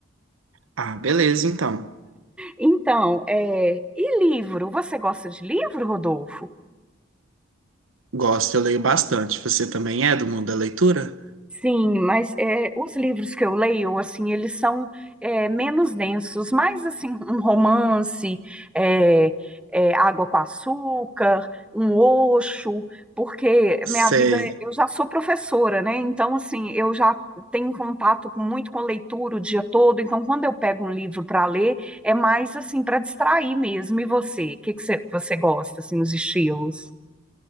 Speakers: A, on the right (about 85°); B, in the centre.
A: Ah, beleza, então.
B: Então, é, e livro? Você gosta de livro, Rodolfo?
A: Gosto, eu leio bastante. Você também é do mundo da leitura?
B: Sim, mas é, os livros que eu leio, assim, eles são é, menos densos, mais assim, <laughs> um romance, é, é, água com açúcar, um Osho, porque
A: Sei.
B: minha vida, eu já sou professora, né? Então, assim, eu já tenho contato com- muito com leitura o dia todo, então quando eu pego um livro para ler, é mais assim, para distrair mesmo. E você? O que que você, você gosta, assim, os estilos?